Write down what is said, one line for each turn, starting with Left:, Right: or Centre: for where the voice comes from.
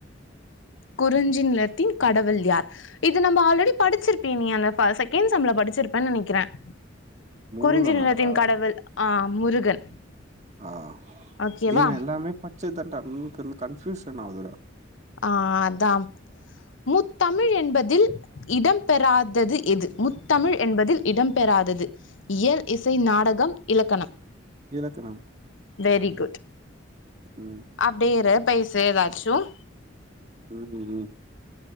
Left: குறிஞ்சி நிலத்தின் கடவுள் யார் இது நம்ம ஆல்ரெடி படிச்சிருப்பே நீ அந்த ஃப செகண்ட் செம்ல படிச்சிருப்பேனு நெனக்கிறேன்
Right: முருகனாடா
Left: குறிச்சி நிலத்தின் கடவுள் ஆ முருகன்
Right: ஆ
Left: ஓகேவா
Right: தீமே எல்லாமே பச்சதுதான்டா ம் கரும கன்பியூஷன் ஆகுதுட
Left: ஆ அதான் முத்தமிழ் என்பதில் இடம் இடம் பெறாதது எது முத்தமிழ் என்பதில் இடம் பெறாதது இயல் இசை நாடகம் இலக்கணம்
Right: இலக்கணம்
Left: வெரி குட்
Right: ம்
Left: அப்டியே இரு பேசு ஏதாச்சும்
Right: ம் ம்